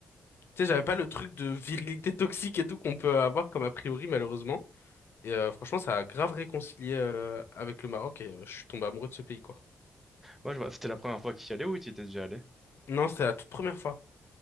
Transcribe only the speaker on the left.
tu sais, j'avais pas le truc de virilité toxique et tout qu'on peut avoir comme a priori, malheureusement. Et euh, franchement, ça a grave réconcilié euh, avec le Maroc et euh, je suis tombé amoureux de ce pays, quoi.
Non, c'était la toute première fois.